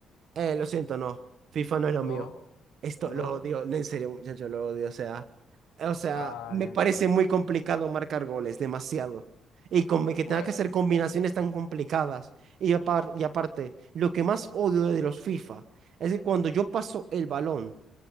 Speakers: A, on the right (about 65°); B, on the left (about 85°).
A: Eh, lo siento, no. FIFA no es lo mío.
B: No,
A: Esto
B: no.
A: lo odio, no, en serio, muchachos, lo odio. O sea, o sea,
B: Ay,
A: me
B: ay,
A: parece
B: ay.
A: muy complicado marcar goles, demasiado. Y con que
B: Bueno,
A: tenga que hacer combinaciones tan complicadas. Y, apar- y aparte, lo que más odio de los FIFA es que cuando yo paso el balón,